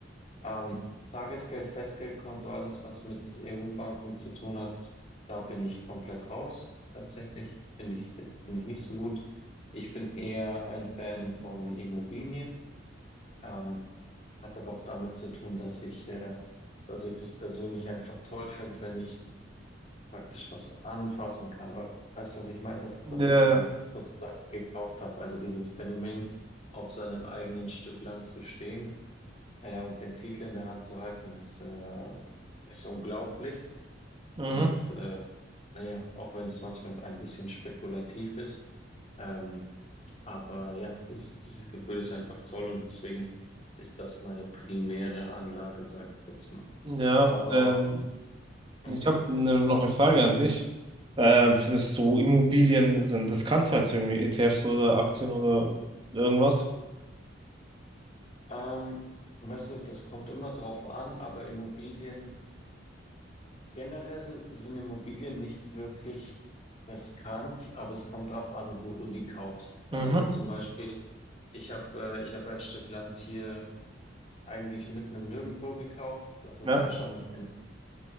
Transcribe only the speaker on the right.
Der,
Mhm.
ja,
ähm, ich
habe ne, noch eine Frage an dich. Ähm, findest du Immobilien sind riskant halt so irgendwie ETFs oder Aktien oder irgendwas?
Mhm.
Ja.